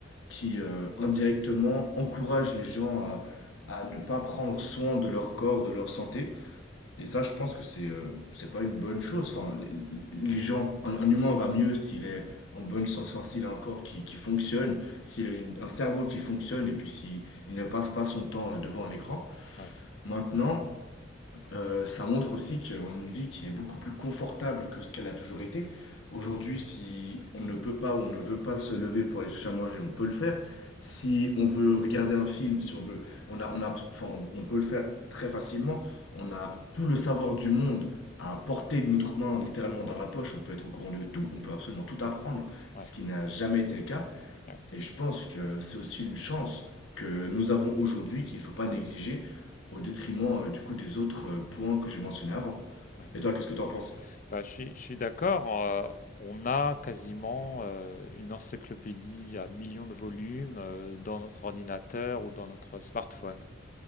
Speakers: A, on the left; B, on the left.
A: qui, heu, indirectement encouragent les gens à à ne pas prendre soin de leur corps, de leur santé et ça, je pense que c'est, heu, c'est pas une bonne chose. Enfin, les les gens un un humain va mieux s'il est en bonne santé enfin, s'il a un corps qui qui fonctionne, s'il a une un cerveau qui fonctionne et puis s'il il ne passe pas son temps, heu, devant un écran.
B: Oui,
A: Maintenant, Heu, ça montre aussi qu'on a une vie qui est beaucoup plus confortable que ce qu'elle a toujours été. Aujourd'hui, si on ne peut pas ou on ne veut pas se lever pour aller chercher à manger, on peut le faire. Si on veut regarder un film, si on veut on a on a enfin, on peut le faire très facilement. On a tout le savoir du monde à portée de notre main, littéralement dans la poche. On peut être au courant de tout, on peut absolument tout apprendre,
B: oui,
A: ce qui n'a jamais été le cas.
B: oui.
A: Et je pense que c'est aussi une chance que nous avons aujourd'hui qu'il ne faut pas négliger au détriment euh, du coup des autres euh, points que j'ai mentionnés avant.
B: oui.
A: Et toi, qu'est-ce que tu en penses?
B: Bah, je suis, je suis d'accord. euh, on a quasiment euh, une encyclopédie à millions de volumes euh, dans notre ordinateur ou dans notre smartphone.